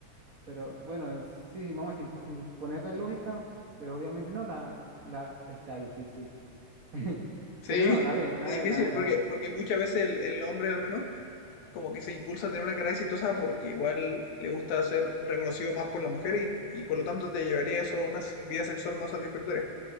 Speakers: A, on the right; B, on the left.
A: Pero bueno, sí, sí, vamos sin, pues, sin ponerle lógica, pues obviamente no, la, la está difícil. <laughs>
B: Sí,
A: Pero no, la ve,
B: es
A: la ve,
B: difícil
A: la ve,
B: porque,
A: la ve.
B: porque muchas veces el, el hombre al menos como que se impulsa a tener una carrera exitosa porque igual le gusta ser reconocido más por las mujeres y, y por lo tanto te llevaría eso a una s- vida sexual más satisfactoria.